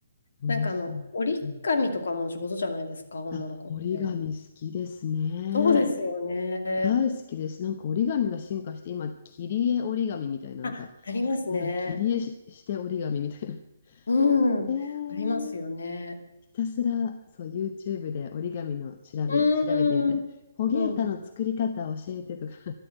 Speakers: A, on the left; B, on the left.
A: 面白い。
B: なんかあの、折り紙とかも上手じゃないですか、
A: うん、
B: 女の子って。
A: あ、折り紙好きですね。
B: そうですよね。
A: 大好きです。なんか折り紙が進化して、今、切り絵折り紙みたいな、
B: あ、
A: なんか、
B: ありますね。
A: なんか切り絵し、して折り紙みたいな。
B: うん、
A: <laughs> えー、
B: ありますよね。
A: ひたすら、そう、YouTube で折り紙の調べ、
B: う
A: 調べてみたいな。
B: ーん、
A: ホゲータの作り方教えてとか、
B: うん。